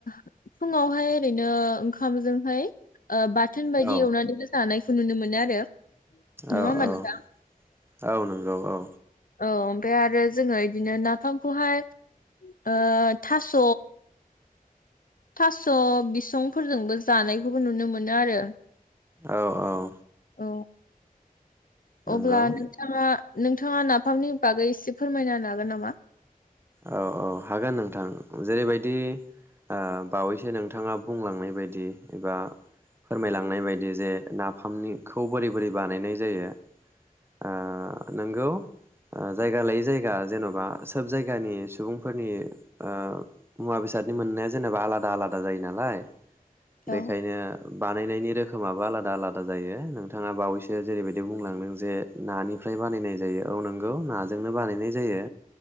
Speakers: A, on the left; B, on the right.
A: फुङावहाय ओरैनो ओंखामजोंहाय ओ बाथोन बायदि
B: औ
A: एवनानैबो जानाय खौ नुनो मोनो आरो नङा
B: औ
A: होमबा
B: औ
A: नोंथां
B: औ नंगौ औ
A: औ ओमफ्राय आरो जोङो इदिनो नाफामखौहाय ओ थास' थास' बिसंफोरजोंबो जानायखौबो नुनो मोनो आरो
B: औ औ
A: औ
B: नंगौ
A: अब्ला नोंथाङा नोंथाङा नाफामनि बागै एसे फोरमायना होनो हागोन नामा
B: औ औ हागोन नोंथां जेरैबायदि ओ बावैसो नोंथाङा बुंलांनाय बायदि एबा फोरमायलांनाय बाय बे जे नाफामनि खौ बोरै बोरै बानायनाय जायो ओ नंगौ जायगा लायि जायगा जेनबा सोब जा गानि सुबुंफोरनि ओ मुवा बेसादनि मोननाया जेनेबा आलादा आलादा जायो नालाय
A: औ
B: बेखायनो बा नायनायनि रोखोमाबो आलादा आलादा जायो नों थाङा बावैसो जेरैबायदि बुंलांदों जे नानिफ्राय बानायनाय जायो, औ नोंगौ नाजोंनो बानायनाय जायो।